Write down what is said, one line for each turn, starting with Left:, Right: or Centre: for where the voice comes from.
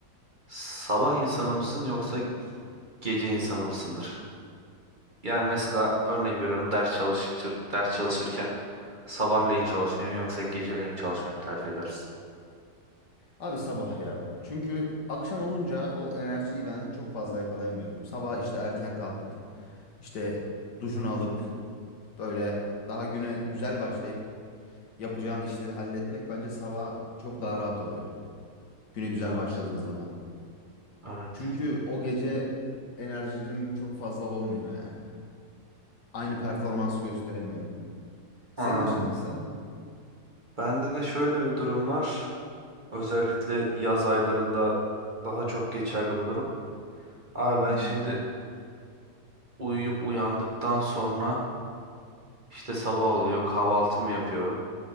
Right: Sabah insanı mısın yoksa gece insanı mısındır? Yani mesela örnek veriyorum ders çalışır, ders çalışırken sabahleyin çalışmayı mı yoksa geceleyin çalışmayı mı tercih edersin?
Left: Abi sabah ya. Çünkü akşam olunca o enerjiyi ben çok fazla yakalayamıyorum. Sabah işte erken kalkıp işte duşunu alıp böyle daha güne güzel başlayıp yapacağın işleri halletmek bence sabah çok daha rahat oluyor. Güne güzel
Right: Evet,
Left: başladığın zaman.
Right: evet.
Left: Çünkü o gece enerjim çok fazla olmuyor yani. Aynı performansı gösteremiyorum. Senin
Right: Anladım.
Left: için nasıl?
Right: Bende de şöyle bir durum var. Özellikle yaz aylarında daha çok geçerli bu durum. Abi ben
Left: Hı hı.
Right: şimdi uyuyup uyandıktan sonra İşte sabah oluyor, kahvaltımı yapıyorum.